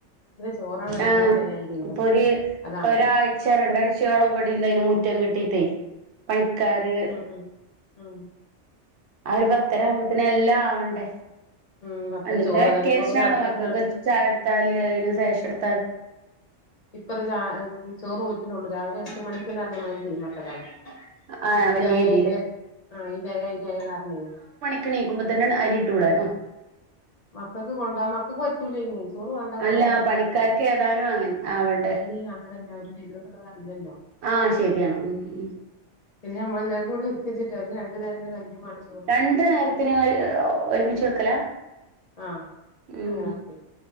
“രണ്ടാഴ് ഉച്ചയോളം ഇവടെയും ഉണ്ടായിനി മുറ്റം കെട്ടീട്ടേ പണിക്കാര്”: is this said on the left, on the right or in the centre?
Right